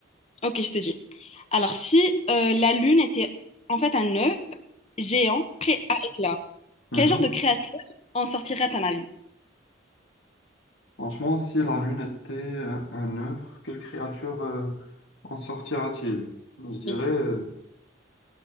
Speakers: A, on the left (about 35°); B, on the left (about 85°).
A: Ok, je te dis. Alors, si euh, la Lune était en fait un œuf géant prêt à éclore,
B: mhm,
A: quel
B: mhm.
A: genre de créature en sortirait à ton avis?
B: Franchement, si la Lune était euh, un œuf, quelle créature euh, en sortira-t-il? Je dirais,
A: Oui.
B: euh,